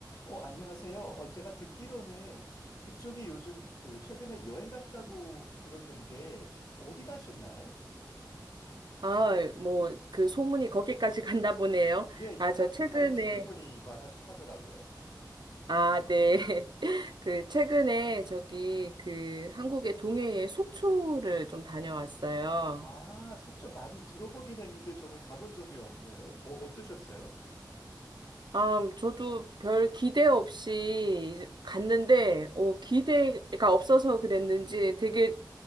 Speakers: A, on the left; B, on the right.
A: 어, 안녕하세요. 어, 제가 듣기로는 그쪽이 요즘 그 최근에 여행 갔다고 들었는데 어디 가셨나요?
B: 아, 뭐, 그 소문이 거기까지 <laughs> 갔나 보네요.
A: 네,
B: 아,
A: 다,
B: 저 최근에,
A: 그 다른 친구분이 말하더라고요.
B: 아, 네. <laughs> 그, 최근에 저기, 그, 한국의 동해에 속초를 좀 다녀왔어요.
A: 아, 속초 많이 들어보긴 했는데 저는 가본 적이 없네요. 어, 어떠셨어요?
B: 아, 저도 별 기대 없이 이제 갔는데, 오, 기대가 없어서 그랬는지 되게